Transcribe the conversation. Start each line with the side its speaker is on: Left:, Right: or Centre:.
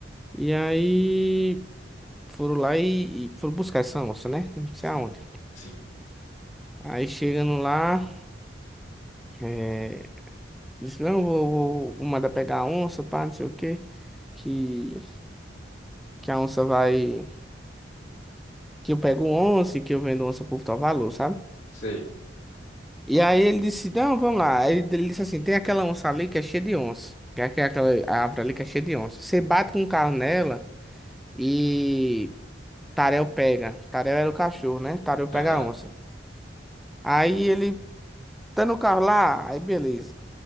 Centre: E aí foram lá e, e foram buscar essa onça, né? Não sei
Left: Sim,
Centre: aonde.
Left: sim,
Centre: Aí chegando lá, é, disse, não, vou, vou, vou mandar pegar a onça, pá, não sei o quê. Que, que a onça vai. Que eu pego onça e que eu vendo onça por tal valor, sabe?
Left: sei.
Centre: E aí ele disse, não, vamos lá. Aí ele disse assim, tem aquela onça ali que é cheia de onça. Que é que é aquela árvore ali que é cheia de onça. Você bate com o carro nela e Tarel pega. Tarel era o cachorro, né? Tarel pega
Left: Aham,
Centre: a onça. Aí
Left: sei.
Centre: ele tá no carro lá, aí beleza.